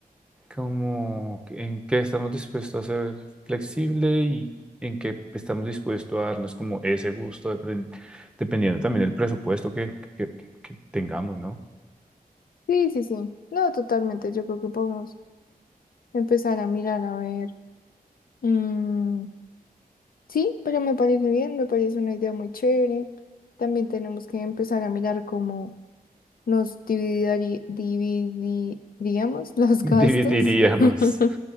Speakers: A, in the centre; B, on the left.
A: como en qué estamos dispuestos a ser flexible y en qué estamos dispuestos a darnos como ese gusto, depren- dependiendo también del presupuesto que, que- que- que tengamos, ¿no?
B: Sí, sí, sí. No, totalmente. Yo creo que podemos empezar a mirar a ver. mm, Sí, pero me parece bien, me parece una idea muy chévere. También tenemos que empezar a mirar cómo nos dividari- dividiríamos los
A: <laughs>
B: gastos.
A: Dividiríamos.
B: <laughs>